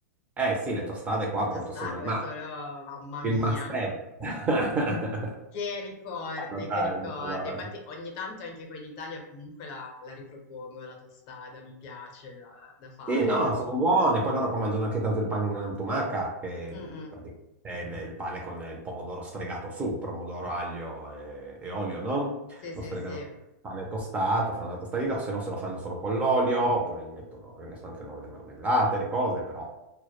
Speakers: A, on the right; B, on the left.
A: Eh sì, le tostate qua proprio
B: Tostate
A: sono il, ma-
B: solo, mamma
A: il
B: mia,
A: must have. <laughs>
B: che ricordi,
A: Fanno tanto
B: che ricordi.
A: loro.
B: Infatti ogni tanto anche qua in Italia comunque la, la ripropongo, la tostada, mi piace da, da fare.
A: Sì, no, sono buone. Poi loro qua mangiano anche tanto il pane tumaca, che
B: Mm, mm.
A: praticamente è il, il pane con il pomodoro sfregato su, pomodoro, aglio e, e olio, no?
B: Sì,
A: Lo
B: sì,
A: sfregano
B: sì.
A: con il pane tostato, fanno la tostata di riso, se no se lo fanno solo con l'olio, oppure gli mettono, che ne so, anche loro le marmellate, le cose, però